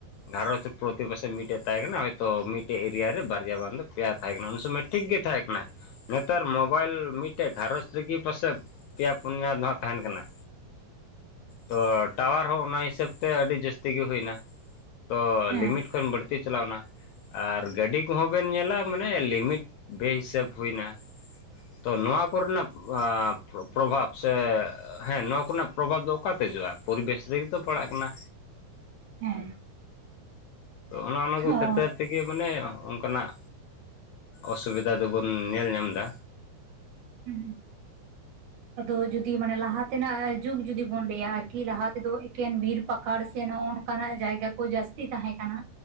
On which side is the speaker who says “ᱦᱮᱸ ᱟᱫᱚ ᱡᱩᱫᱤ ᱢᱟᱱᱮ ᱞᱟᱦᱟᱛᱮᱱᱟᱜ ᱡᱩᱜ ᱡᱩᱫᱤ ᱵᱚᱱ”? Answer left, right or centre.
Right